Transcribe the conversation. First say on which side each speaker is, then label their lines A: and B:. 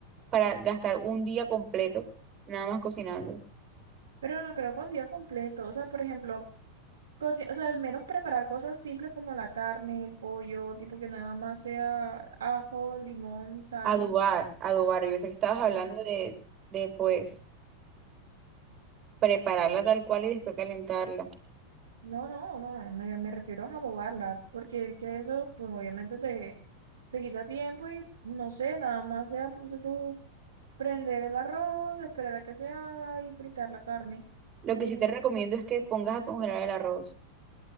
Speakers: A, on the right (about 30°); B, on the right (about 65°).
A: para gastar un día completo nada más cocinando.
B: Pero no creo con día completo. O sea, por ejemplo, cosi- o sea, al menos preparar cosas simples como la carne, el pollo, tipo que nada más sea ajo, limón, sal.
A: Adobar, adobar. Yo pensé que estabas hablando
B: Ajá.
A: de, de pues prepararla tal cual y después calentarla.
B: No, no, no, me, me refiero a adobarla, porque es que eso, pues obviamente te, te quita tiempo y no sé, nada más sea, punto prender el arroz, esperar a que se haga y fritar la carne.
A: Lo
B: Y,
A: que sí te recomiendo es que pongas a congelar el arroz,